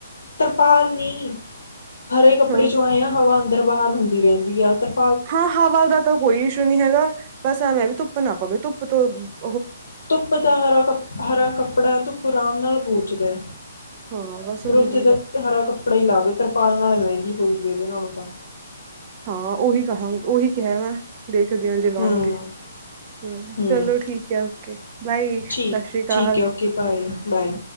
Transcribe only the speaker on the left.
ਤਰਪਾਲ ਨੀ ਹਰੇ ਕੱਪੜੇ
ਚੋਂ ਆਏ ਆ ਹਵਾ ਅੰਦਰ ਬਾਹਰ ਹੁੰਦੀ ਰੈੰਦੀ ਆ। ਤਰਪ
ਧੁੱਪ ਤਾ ਹਰਾ ਕਪ ਹਰਾ ਕੱਪੜਾ ਧੁੱਪ ਆਰਾਮ ਨਾਲ ਬੋਚਦੈ,
ਫੇਰ ਓਥੇ
ਜਾਕੇ
ਹਰਾ ਕੱਪੜਾ ਹੀ ਲਾਵੇ ਤਰਪਾਲ ਨਾਲੇ ਮੈੰਗੀ ਕੋਈ ਵੀਗ ਨਾਲੋ ਤਾਂ।
ਹੂੰ
ਹੂੰ
ਠੀਕ
ਠੀਕ ਹੈ ਓਕੇ ਬਾਏ ਬਾਏ